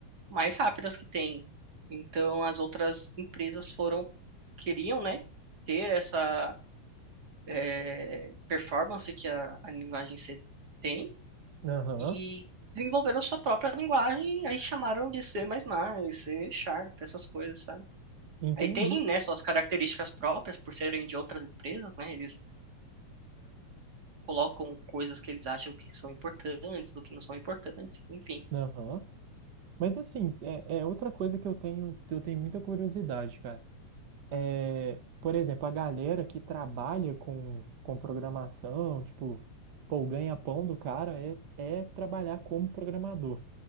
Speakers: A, on the right; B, on the right.
A: mais rápidas que tem então as outras empresas foram queriam né ter essa eh, performance que a, a linguagem C tem
B: aham,
A: e desenvolveram sua própria linguagem aí chamaram de C++, C Sharp essas coisas sabe
B: entendi.
A: Aí tem, né, suas características próprias por serem de outras empresas, né? Eles colocam coisas que eles acham que são importantes, do que não são importantes, enfim.
B: Aham. Mas assim, é, é outra coisa que eu tenho, que eu tenho muita curiosidade, cara. É, por exemplo, a galera que trabalha com, com programação, tipo, pô, o ganha-pão do cara é, é trabalhar como programador.